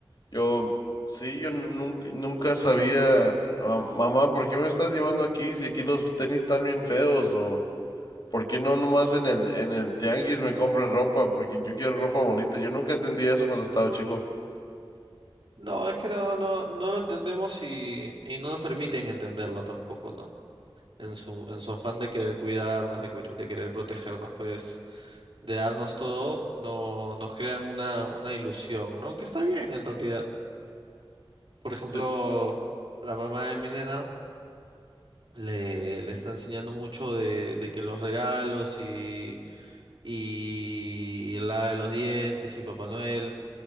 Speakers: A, on the left; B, on the right.
A: yo sí, yo nunca, nunca sabía, "Ah, mamá, ¿por qué me estás llevando aquí si aquí los tenis están bien feos? o... ¿Por qué no nomás en el, en el tianguis me compran ropa? Porque yo quiero ropa bonita. Yo nunca entendí eso cuando estaba chico.
B: No, es que no, no, no lo entendemos y, y no nos permiten entenderlo tampoco, ¿no? En su, en su afán de querer cuidarnos, de, cuir- de querer protegernos, pues, de darnos todo, no, nos crean una, una ilusión, ¿no? Que está bien en realidad. Por ejemplo,
A: Sí,
B: la mamá de mi nena le, le está enseñando mucho de, de que los regalos y, y, y la de los dientes y Papá Noel.